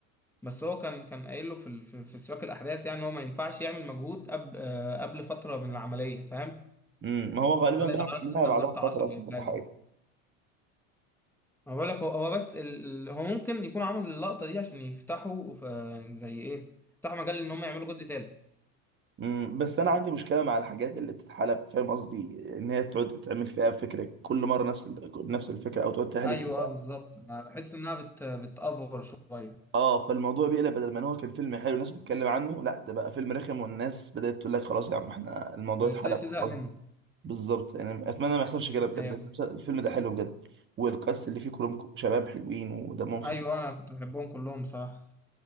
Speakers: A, in the centre; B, on the right.
A: بس هو كان كان قايل له في ال- في في سياق الاحداث يعني إن هو ما ينفعش يعمل مجهود قبل آه، قبل فترة من العملية فاهم
B: امم ما هو غالبا
A: ولا
B: بقى
A: يتعرض
B: بعملها
A: حتى
B: بعدها
A: لضغط
B: بفتره
A: عصبي
B: اصلا
A: او
B: ولا
A: حاجة
B: حاجه
A: انا بقول لك هو هو بس ال... ال- هو ممكن يكون عمل اللقطة دي عشان يفتحوا آه، زي ايه يفتحوا مجال ان هم يعملوا جزء تالت
B: امم بس انا عندي مشكله مع الحاجات اللي بتتحلب فاهم قصدي ان هي تقعد تتعمل فيها فكره كل مره نفس ال- نفس الفكره او تقعد تهلف
A: ايوه
B: فيها
A: اه بالظبط أنا بحس انها بت بتأفور شويه
B: اه فالموضوع بيقلب بدل ما إن هو كان فيلم حلو الناس بتتكلم عنه لا ده بقى فيلم رخم والناس بدات تقول لك خلاص يا عم احنا الموضوع
A: ابتدت
B: اتحلب
A: تزهق
B: خلاص
A: منه
B: بالظبط يعني اتمنى ما يحصلش كده بجد
A: ايوه بالظبط.
B: الفيلم ده حلو بجد والكاست اللي فيه كلهم شباب حلوين ودمهم خفيف
A: ايوه انا كنت بحبهم كلهم بصراحه